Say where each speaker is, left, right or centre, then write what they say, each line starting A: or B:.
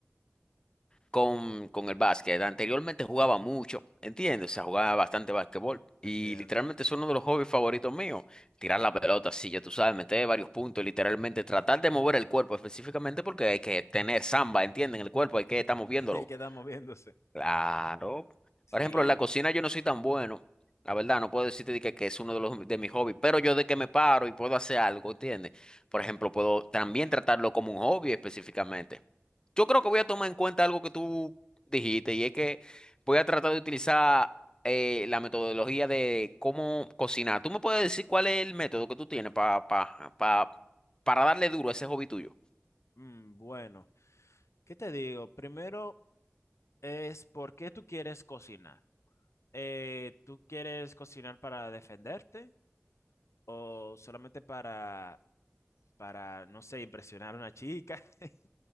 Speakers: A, on the left; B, on the left.
A: con, con el básquet. Anteriormente jugaba mucho, ¿entiendes? O sea, jugaba bastante básquetbol. Y
B: Entiendo.
A: literalmente es uno de los hobbies favoritos míos. Tirar la pelota, sí, ya tú sabes, meter varios puntos, literalmente tratar de mover el cuerpo específicamente porque hay que tener samba, ¿entienden? El cuerpo hay que estar moviéndolo.
B: <laughs> Y queda moviéndose.
A: Claro.
B: Sí.
A: Por ejemplo, en la cocina yo no soy tan bueno. La verdad, no puedo decirte de que, que es uno de los de mis hobbies, pero yo de que me paro y puedo hacer algo, ¿entiendes? Por ejemplo, puedo también tratarlo como un hobby específicamente. Yo creo que voy a tomar en cuenta algo que tú dijiste y es que voy a tratar de utilizar eh, la metodología de cómo cocinar. ¿Tú me puedes decir cuál es el método que tú tienes pa- pa- pa- para darle duro a ese hobby tuyo?
B: Mm, bueno, ¿qué te digo? Primero es por qué tú quieres cocinar. Eh, ¿tú quieres cocinar para defenderte o solamente para, para, no sé, impresionar a una chica? <laughs>